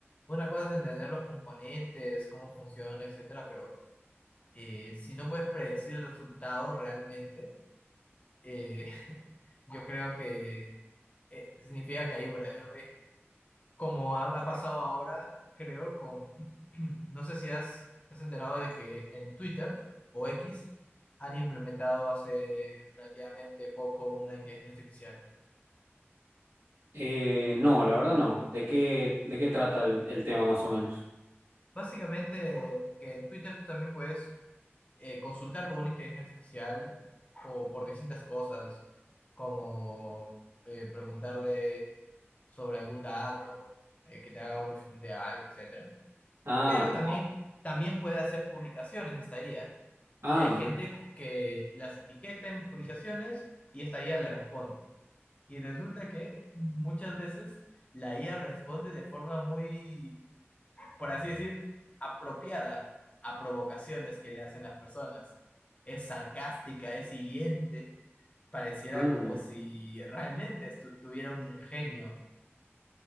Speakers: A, on the left; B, on the right.
A: una cosa es entender los componentes, cómo funciona, etcétera, pero eh, si no puedes predecir el resultado realmente, eh, <laughs> yo creo que eh, significa que hay un verdadero riesgo. Como ha, ha pasado ahora, creo, con, <clears throat> no sé si has, te has enterado de que en Twitter o X han implementado hace relativamente poco una inteligencia artificial.
B: Eh, no, la verdad no. ¿De qué, de qué trata el, el tema más o menos?
A: Básicamente, que en Twitter tú también puedes eh, consultar con una inteligencia artificial o por distintas cosas, como eh, preguntarle sobre algún dato, eh, que te haga un resumen de algo, etcétera.
B: Ah,
A: Pero
B: co-
A: también, también puede hacer publicaciones esta IA.
B: ah,
A: Y hay
B: mira.
A: gente que las etiqueta en publicaciones y esta IA le responde. Y resulta que muchas veces la IA responde de forma muy por así decir, apropiada a provocaciones que le hacen las personas. Es sarcástica, es hiriente, pareciera
B: Mm,
A: como si realmente estu- tuviera un ingenio.